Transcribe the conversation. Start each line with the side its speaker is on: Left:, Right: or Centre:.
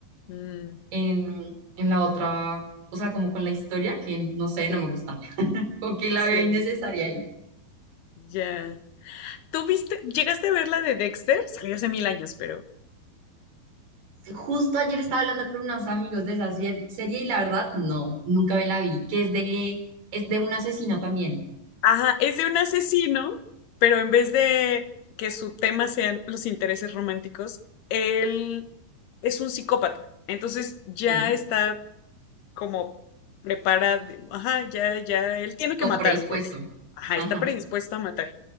Left: Mm,
Right: en, en la otra, o sea, como con la historia, que no sé,
Left: sí,
Right: no me gusta, como que la
Left: sí,
Right: veo innecesaria ahí.
Left: ya. ¿Tú viste, llegaste a ver la de Dexter? Salió hace mil años, pero.
Right: Justo ayer estaba hablando con unos amigos de esa sier- serie y la verdad, no, nunca me la vi, que es de, es de un asesino también,
Left: Ajá, es de un asesino, pero en vez de que su tema sean los intereses románticos, él es un psicópata. Entonces ya
Right: sí,
Left: está como preparado. Ajá, ya, ya, él tiene que
Right: como
Left: matar,
Right: predispuesto.
Left: pues. Ajá,
Right: Ajá,
Left: está predispuesto a matar.